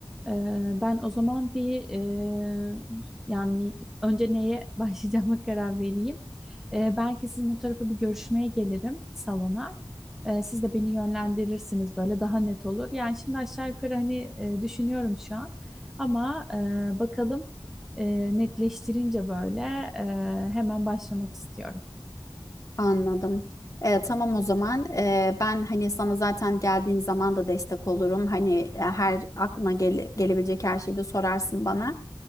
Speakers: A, in the centre; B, on the left.
A: Ee, ben o zaman bir e, yani önce neye <laughs> başlayacağıma karar vereyim. Ee, belki sizin o tarafa bir görüşmeye gelirim salona. Ee, siz de beni yönlendirirsiniz böyle daha net olur. Yani şimdi aşağı yukarı hani e, düşünüyorum şu an. Ama e, bakalım e, netleştirince böyle e, hemen başlamak istiyorum.
B: Anladım. Ee, tamam o zaman Ee, ben hani sana zaten geldiğin zaman da destek olurum. Hani e, her aklına gele- gelebilecek her şeyi de sorarsın bana.